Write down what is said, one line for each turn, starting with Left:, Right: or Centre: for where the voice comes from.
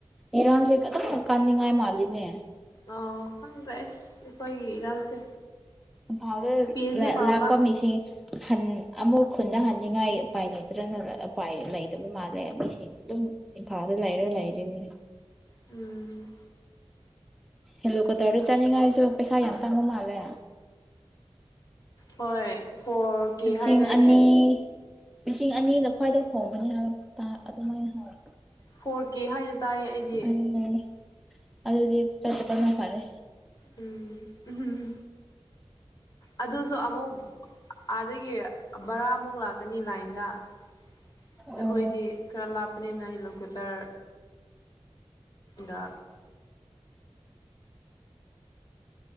Centre: ꯏꯔꯥꯡꯁꯦ ꯈꯤꯇꯪ ꯀꯥꯅꯤꯡꯉꯥꯏ ꯃꯥꯜꯂꯤꯅꯦ
Left: ꯑ ꯈꯪꯗ꯭ꯔꯦ ꯑꯁ ꯑꯩꯈꯣꯏꯒꯤ ꯏꯔꯥꯡꯁꯦ
Centre: ꯏꯝꯐꯥꯎꯗ
Left: ꯄꯤ ꯑꯩꯆ ꯗꯤ ꯄꯥꯝꯕ
Centre: ꯂꯥꯛꯄ ꯃꯤꯁꯤꯡ ꯍꯟ ꯑꯃꯨꯛ ꯈꯨꯟꯗ ꯍꯟꯅꯤꯡꯉꯥꯏ ꯎꯄꯥꯏ ꯂꯩꯇ꯭ꯔꯅ ꯎꯄꯥꯏ ꯂꯩꯇꯕ ꯃꯥꯜꯂꯦ ꯃꯁꯤꯡ ꯑꯗꯨꯝ ꯏꯝꯐꯥꯜꯗ ꯂꯩꯔꯣꯏ ꯂꯩꯔꯤꯅꯦ
Left: ꯎꯝ
Centre: ꯍꯦꯜꯂꯣ ꯀꯇꯔ ꯆꯥꯅꯤꯡꯉꯥꯏꯁꯨ ꯄꯩꯁꯥ ꯌꯥꯝ ꯇꯥꯡꯕ ꯃꯥꯜꯂꯦ
Left: ꯍꯣꯏ ꯐꯣꯔ ꯀꯦ
Centre: ꯂꯤꯁꯤꯡ
Left: ꯍꯥꯏꯗꯥꯏꯅꯦ
Centre: ꯑꯅꯤ ꯂꯤꯁꯤꯡ ꯑꯅꯤꯅ ꯈ꯭ꯋꯥꯏꯗ ꯍꯣꯡꯕꯅꯤ ꯍꯥꯏꯕ ꯑꯗꯨꯃꯥꯏꯅ ꯍꯥꯏꯋꯦ
Left: ꯐꯣꯔ ꯀꯦ ꯍꯥꯏꯅ ꯇꯥꯔꯦ ꯑꯩꯗꯤ
Centre: ꯑꯩ ꯑꯗꯨꯗꯤ ꯆꯠꯠꯇꯄꯅ ꯐꯔꯦ
Left: ꯎꯝ ꯑꯗꯨꯁꯨ ꯑꯃꯨꯛ ꯑꯥꯗꯒꯤ ꯕꯔꯥꯃꯨꯛ ꯂꯥꯛꯀꯅꯤ ꯂꯥꯏꯟꯗ ꯑꯩꯈꯣꯏꯗꯤ
Centre: ꯑꯣ
Left: ꯈꯔ ꯂꯥꯞꯄꯅꯤꯅ ꯍꯦꯂꯤꯀꯣꯞꯇꯔ ꯗ